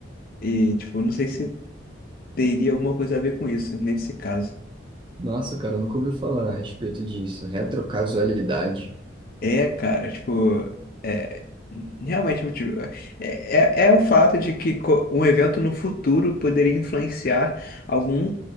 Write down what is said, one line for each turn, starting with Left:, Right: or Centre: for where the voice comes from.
Left: E, tipo, não sei se teria alguma coisa a ver com isso nesse caso.
Right: Nossa, cara, eu nunca ouvi falar a respeito disso. Retrocausalidade.
Left: É, cara, tipo, é, realmente, tipo, é, é, é o fato de que co- um evento no futuro poderia influenciar algum